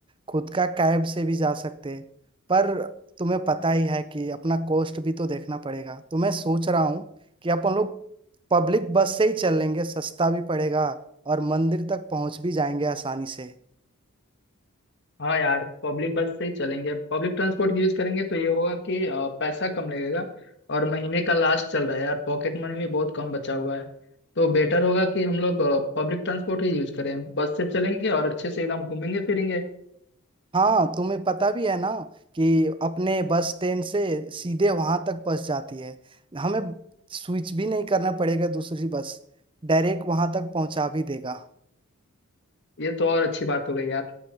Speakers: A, on the right; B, on the left.
A: खुद का कैब से भी जा सकते पर तुम्हें पता ही है कि अपना कॉस्ट भी तो देखना पड़ेगा तो मैं सोच रहा हूँ कि अपन लोग पब्लिक बस से ही चल लेंगे सस्ता भी पड़ेगा और मंदिर तक पहुँच भी जाएंगे आसानी से
B: हाँ यार पब्लिक बस से ही चलेंगे पब्लिक ट्रांसपोर्ट यूज करेंगे तो ये होगा कि अ, पैसा कम लगेगा और महीने का लास्ट चल रहा है यार पॉकेट मनी भी बहुत कम बचा हुआ है तो बेटर होगा कि हम लोग पब्लिक ट्रांसपोर्ट ही यूज करें बस से चलेंगे और अच्छे से एकदम घूमेंगे फिरेंगे
A: हाँ तुम्हें पता भी है ना कि अपने बस स्टैंड से सीधे वहां तक बस जाती है हमें स्विच भी नहीं करना पड़ेगा दूसरी बस डायरेक्ट वहां तक पहुंचा भी देगा
B: ये तो और अच्छी बात हो गई यार